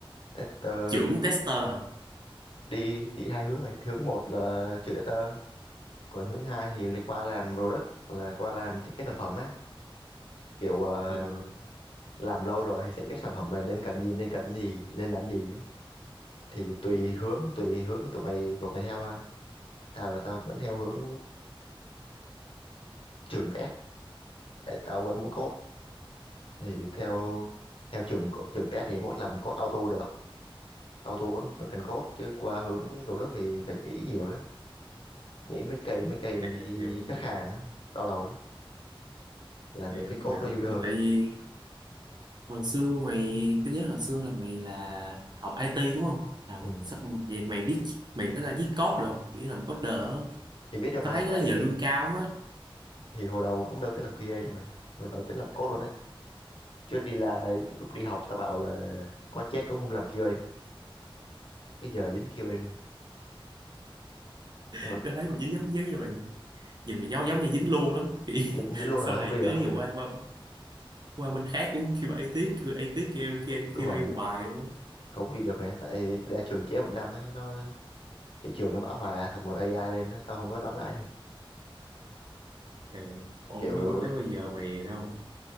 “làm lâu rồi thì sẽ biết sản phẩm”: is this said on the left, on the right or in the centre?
Left